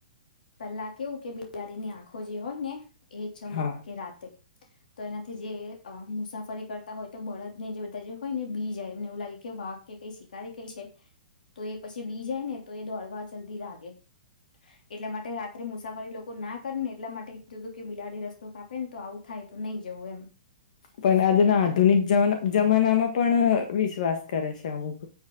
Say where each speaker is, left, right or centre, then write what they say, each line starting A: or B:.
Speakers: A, on the left (about 85°); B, on the left (about 60°).
A: પેલા કેવું કે બિલાડીની આંખો જે હોય ને એ ચમક
B: હા
A: કે રાતે તો એનાથી જે મુસાફરી કરતા હોય તો બળદ ને જે બધા જે હોય ને બી જાય એમને એવું લાગે કે વાક કે કઈ શિકારી કઈ છે તો એ પછી બી જાય ને તો એ દોડવા જલ્દી લાગે એટલા માટે રાત્રે મુસાફરી લોકો ના કરે ને એટલા માટે કીધું હતું કે બિલાડી રસ્તો કાપે ને તો આવું થાય તો નહી જવું એમ
B: પણ આજના આધુનિક જમાના માં પણ વિશ્વાસ કરે છે અમુક